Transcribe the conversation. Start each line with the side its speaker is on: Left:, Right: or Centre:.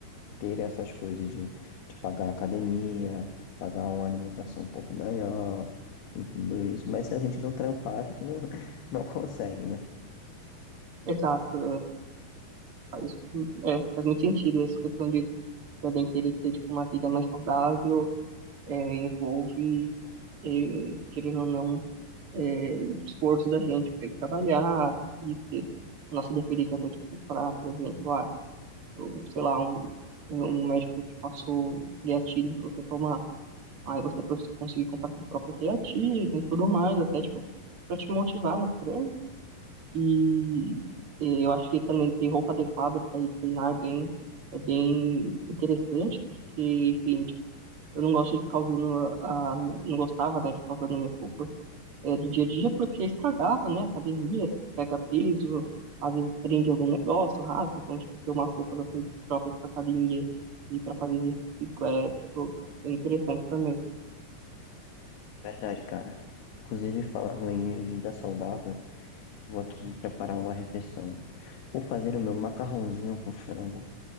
Left: ter essas coisas de, de pagar a academia, pagar uma alimentação um pouco melhor, de tudo isso. Mas se a gente não trampar, a gente não, <laughs> não consegue, né?
Right: exato. É, é, faz, é, faz muito sentido essa questão de também querer ter, tipo, uma vida mais saudável, é, envolve, é, querendo ou não, é, esforço da gente para ir trabalhar, conseguir ter a nossa dependência para te comprar, por exemplo, ah, ou, sei lá, um, um médico te passou creatina para você tomar, aí você pros- conseguir comprar sua própria creatina e tudo mais, até tipo, para te motivar no treino. E eh, eu acho que também ter roupa adequada para ir treinar é bem, é bem interessante, porque, enfim, tipo, eu não gosto de ficar usando a minha, não gostava, né, de ficar usando minhas roupas é, do dia a dia, porque estragava, né? Academia, pega peso, às vezes prende algum negócio, rasga, então, tipo, ter umas roupas assim próprias para academia e para fazer exercício é, tipo, é interessante também.
Left: Verdade, cara. Inclusive, falando em vida saudável, vou aqui preparar uma refeição. Vou fazer o meu macarrãozinho com frango